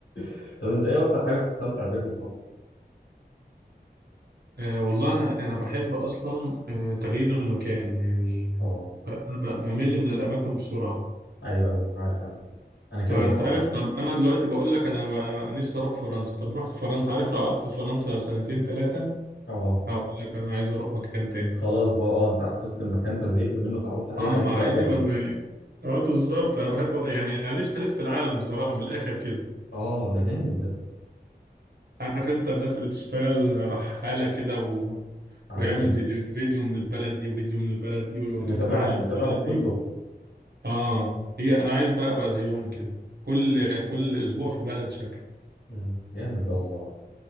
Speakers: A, on the left; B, on the right.
A: <laughs> طب انت ايه اكتر حاجه بتستمتع بيها في السفر
B: أه والله أنا أنا بحب أصلا أه تغيير المكان يعني
A: اه
B: ب- ب- بمل من الأماكن بسرعة
A: ايوه ايوه عارف انا قصدي. انا كده
B: فأنت
A: برضه على
B: عارف
A: فكره
B: طب أنا دلوقتي بقول لك أنا ب- نفسي أروح فرنسا طب رحت فرنسا عارف لو قعدت في فرنسا سنتين ثلاثة
A: اه
B: هقول لك أنا عايز أروح مكان تاني
A: خلاص بقى اه انت حفظت المكان فزهقت منه اتعودت عليه
B: أه
A: عايز
B: مع
A: ابقى اجدد
B: إني ما ما- أه بالظبط أنا بحب يعني أنا نفسي ألف في العالم بصراحة من الآخر كده
A: اه ده جامد ده
B: عارف أنت الناس اللي بتشتغل رحالة كده و...
A: عارفهم
B: ويعمل فيديو فيديو من البلد دي وفيديو من البلد دي ويوريك
A: متابعهم
B: معالم
A: متابعهم
B: البلد
A: كله
B: دي اه هي انا عايز بقى ابقى زيهم كده كل كل اسبوع في بلد شكل
A: مم، جامد ده والله العظيم